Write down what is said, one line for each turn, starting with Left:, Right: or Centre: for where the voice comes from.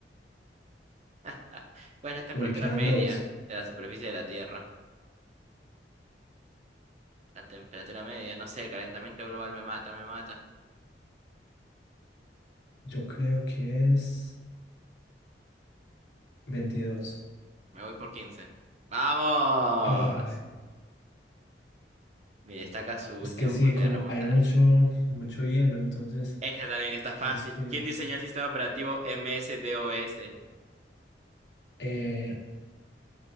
Right: Ah, ¿Cuál es la temperatura
Left: uy, quedan
Right: media
Left: dos.
Right: de la superficie de la Tierra? La temperatura media, no sé, el calentamiento global me mata, me mata.
Left: Yo creo que es veintidós
Right: Me voy por quince ¡Vamos!
Left: Ay,
Right: Me destaca su
Left: es
Right: última
Left: que
Right: oportunidad
Left: sí, como
Right: de remontar.
Left: hay mucho, mucho hielo, entonces
Right: Esta también está
Left: es
Right: fácil.
Left: más frío.
Right: ¿Quién diseñó el sistema operativo MS-DOS?
Left: Eh,